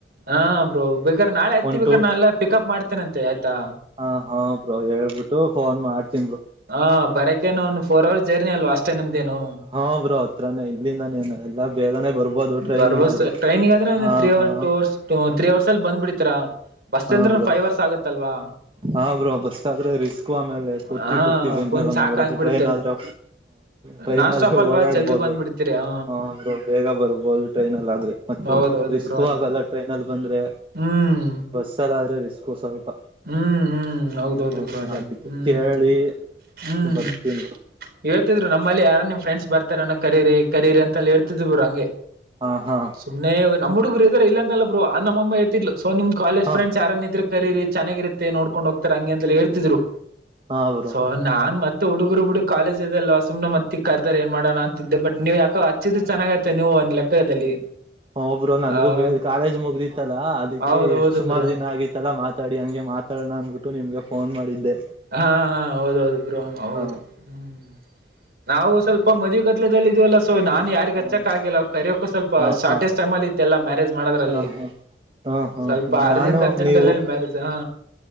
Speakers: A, on the right; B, on the right.
A: ಹಾ ಬ ಬೇಕರ್ ನಾಳೆ ಹತಿ
B: ಒನ್
A: ಬೇಕ್ರ
B: ಟು
A: ನಾನ ಎಲ್ಲ ಪಿಕಪ್ ಮಾಡ್ತೇನೆಂತೆ ಆಯ್ತಾ
B: ಹ ಹಾ ಬ್ರೋ ಹೇಳ್ಬಿಟ್ಟು ಫೋನ್ ಮಾಡ್ತನ್ ಬ್ರೋ
A: ಹಾ ಬರಕೇನು ಒ ೋರ್ ಜರ್ನಿ ಅಲ್ವಾಷ್ಟ ನಿಮೇನು
B: ಹಾ ಬ್ರೋ ಹತ್ರಾನೇ ಇಲ್ಲಿಂದಾನೇನು ಎಲ್ಲಾ ಬೇಗನೆ ಬರ್ಬೋದು ಟ್ರೈನಿಗಾದ್ರೆ
A: ಬರ್ಬೋ ಟ್ರೈನಿಂಗ್ ಅ
B: ಹಾ
A: ತ್ರೀ ಅವರ್
B: ಹಾ
A: ಟ ಅವರ್ ತ್ರೀ ಅವರ್ ಅಲ್ಲಿ ಬಂದ್ ಬಿಿಡ್ತೀಾ ಬಸ್
B: ಹಾ
A: ಅಂದ್ರ
B: ಬ್ರೋ
A: ೈವ್ ಅವರ್ಸ್ ಆಗತ್ತಲ್ವಾ
B: ಹಾ ಬ್ರೂ ಬಸ್ ಆದ್ರೆ ರಿಸ್ಕು ಆಮೇಲೆ ಕುತ್ತಿ
A: ಹಾ
B: ಕುತ್ತಿ ಬೆನ್ನೆಲ್ಲ
A: ಕುಂತ್ ಸಾಕ
B: ನ ಬರುತ್ತೆ
A: ಆಗ್ಬಿಡುತ್ತೆ
B: ಟ್ರೈನ್ ಆದ್ರೆ ಟ್ರೈನ್
A: ನಾನ್ ಸ್ಟಾಪ್
B: ಆದ್ರೆ
A: ಅಲ್ವಾ
B: ಓಡಾಡ್ಬೋದು
A: ಜಲ್ದಿ ಬಂದ್ಬಿಡ್ತೀರಿ ಹ
B: ಹರು ಬೇಗ ಬರ್ಬೋದು ಟ್ರೈನ್ ಅಲ್ ಆದ್ರೆ ಮತ್ತೆ
A: ಹೌದೌದು
B: ರಿಸ್ಕ್
A: ಬ್ರೋ ಅದಕ್ಕೆ
B: ಆಗಲ್ಲ ಟ್ರೈನ ಅಲ್ಲಿ ಬಂದ್ರೆ
A: ಹ್ಮ್
B: ಬಸ್ಸಲ್ಲ ಆದ್ರೆ ರಿಸ್ಕು ಸ್ವಲ್ಪ
A: ಹ್ಮ್ ಹ್ಮ್ ಹೌದೌದು
B: ಹ
A: ಬ ಅದೇ
B: ಅದಕ್ಕೆ
A: ಹ್ಮ್
B: ಕೇಳಿ
A: ಹ್ಮ್
B: ಬರ್ತೀನ್ ಬ್ರೋ
A: ಹೇಳ್ತಿದ್ರು ನಮ್ಮಲ್ಲಿ ಯಾರ ನಿಮ್ ಫ್ರೆಂಡ್ಸ್ ಬರ್ತ ರ ಕರೇರಿ ಕರೇರಿ ಅಂತಲ್ಲಿ ಹೇಳ್ತಿದ್ರು ಹಂಗೆ
B: ಹಾ ಹಾ
A: ಸುಮ್ನೆ ನಮ್ಮ್ ಹುಡುಗರು ಇದ ಇಲ್ಲ ಅ ಬರು ಅ ನಮ್ಮ ೇತಿ ಸ ನಿಮ ಕಾಲಜ್
B: ಹಾ
A: ಫ್ರೆ್ಸ್ ಯಾರನ್ ಇದ್ರ ಕರಿ ಚೆನ್ನಾಗಿರುತ್ತೆ ನೋಡ್ಕೊಂಡ್ ಹೋಗ್ತಾರೆ ಹಂಗೆ ಅಂತ ಹೇಳ್ತಿದ್ರು
B: ಹಾ ಬ್ರೋ
A: ಸೊ ನಾನ್ ಮತ್ತ ಹುಡುಗುರು ಬಿಡು ಕಾಲೇ್ ಅದೆಲ್ಲ ಸುಮ್ ಮತ್ತಿ ಕರ್ದರ್ ಏನ್ ಮಾಡೋಣ ಅಂತಿದ್ದ ಬಟ್ ನೀವು ಯಾಕೋ ಹಚ್ಚಿದ್ ಚೆನ್ನಾಗೈಐತೆ ನೀವು ಲೆಕ್ಕದಲ್ಲಿ
B: ಹ ಒಬ್ರು ನನ್ಗೂ
A: ಆ
B: ಬೇ ಕಾಲೇಜ್ ಮುಗ್ದಿತ್ತಲಾ ಅದಕ್ಕೆ
A: ಹೌದೌದು
B: ಎಷ್ಟ್ ಸುಮಾರ
A: ಬ್ರೋ
B: ದಿನ ಆಗಿತ್ತಲ್ಲಾ ಮಾತ್ ಮಾತಾಡಿ ಹಂಗೆ ಮಾತಾೋಣ ಅಂದ್ಬಿಟ್ಟು ನಿಮ್ಗೆ ಫೋನ್ ಮಾಡಿದ್ದೆ
A: ಹಾ ಹಾ ಹೌದ ಹೌದು ಬ್ರೋ ಹೌದು
B: ಹಾ
A: ಹ್ಮ್ ನಾವು ಸ್ವಲ್ಪ ಮದುವೆ ಗದಲೆದಲ್ಲಿಿದ್ವಲ್ಲ ಸೊ ನಾನನ್ ಯಾರಿಗ್ ಹಚ್ಚಕ್
B: ಹ
A: ಆಗಿಲ್ಲ ಅವ ಕರಿಯೋಕ್ಕೂ ಸ್ವಲ್ಪ
B: ಹ
A: ಶಾರ್ಟೇಜ್
B: ಹಾ
A: ಟೈಮಲ್ಲಿ ಇತ್ತಲ್ಲ ಮ್ಯಾರೇಜ್ ಮಾಡೋದ್ರಲ್ಲಿ
B: ಹ ಹ ಹ ಹಾ
A: ಸ್ವಲ್ಪ ಆರು
B: ನಾನು
A: ದನ್ ಅರ್ಜೆಂಟ್
B: ನೀವು
A: ಅಲ್ಲ ಅಲ್ಲಿ ಮ್ಯಾರೇಜ ಹಾ